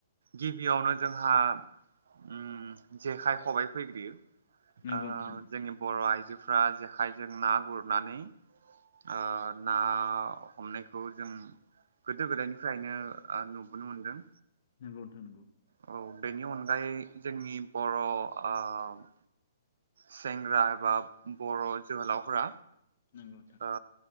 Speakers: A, on the right; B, on the left.
A: गिबियावनो जोंहा ओम जेखाइ खबाइ फैग्रोयो
B: नंगौ
A: ओ
B: नोंथां
A: जोंनि बर' आइजोफ्रा जेखाइजों ना गुरनानै ओ ना हमनायखौ जों गोदो गोदायनिफ्रायनो नुबोनो मोनदों।
B: नंगौ नोंथां नंगौ
A: औ बेनि अनगायै जोंनि बर' ओ सेंग्रा एबा बर' जोहोलावफोरा
B: नंगौ नंगौ नोंथां
A: ओ